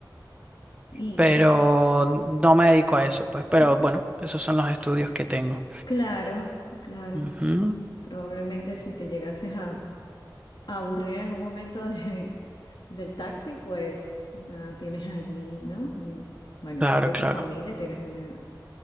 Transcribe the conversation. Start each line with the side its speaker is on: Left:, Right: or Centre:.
Left: Y,
Right: pero
Left: y
Right: no me dedico a eso, pues, pero
Left: mm,
Right: bueno, esos son los estudios que tengo.
Left: claro, claro.
Right: Ujú,
Left: Probablemente si te llegases a aburrir en algún momento de- del taxi, pues nada, tienes allí, ¿no? Un- Bueno,
Right: Claro,
Left: si es de
Right: claro.
Left: tu familia, tienes una...